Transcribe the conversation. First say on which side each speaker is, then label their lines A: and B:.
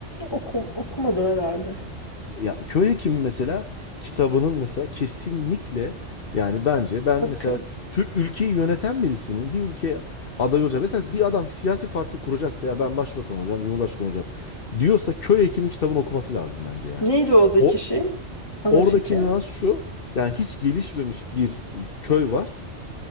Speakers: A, on the left; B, on the left.
A: Okum, okumadım herhalde.
B: Ya köy hekimi mesela kitabının mesela kesinlikle yani bence ben
A: Bakayım.
B: mesela Türk ülkeyi yöneten birisinin bir ülke aday olacak. Mesela bir adam bir siyasi parti kuracaksa ya ben başbakan olacağım, cumhurbaşkanı olacağım diyorsa köy hekimi kitabını okuması lazım bence yani.
A: Neydi oradaki
B: O
A: şey? Ana
B: oradaki
A: fikir.
B: nüans şu. Yani hiç gelişmemiş bir köy var.